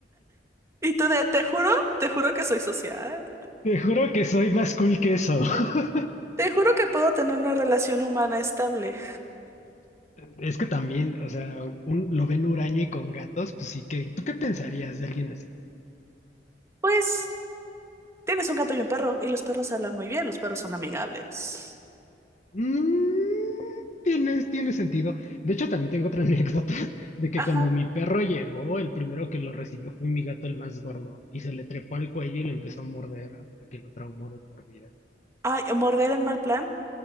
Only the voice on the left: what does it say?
Te juro que soy más cool que eso. <laughs>
Es que también, o sea, un, lo ven huraño y con gatos, pues sí que... ¿Tú qué pensarías de alguien así?
Mm, tiene, tiene sentido. De hecho, también tengo otra <laughs> anécdota de que
cuando mi perro llegó, el primero que lo recibió fue mi gato el más gordo y se le trepó al cuello y le empezó a morder hasta que lo traumó de por vida.